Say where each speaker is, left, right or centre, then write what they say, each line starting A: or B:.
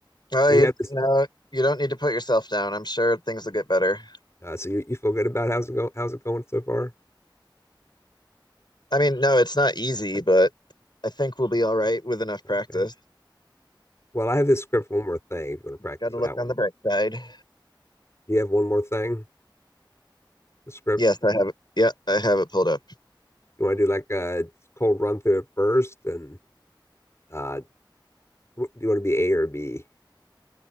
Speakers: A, on the left; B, on the left.
A: Oh,
B: do
A: you,
B: you have this?
A: no, you don't need to put yourself down. I'm sure things will get better.
B: Uh, so you, you feel good about how's it going? How's it going so far?
A: I mean, no, it's not easy, but I think we'll be all right with enough
B: Okay.
A: practice.
B: Well, I have this script. One more thing. If you want to practice
A: Got to
B: that
A: look
B: one,
A: on the bright side.
B: do you have one more thing? The script.
A: Yes, I have it. Yeah, I have it pulled up.
B: You want to do like a cold run through it first, and uh, wh- do you want to be A or B?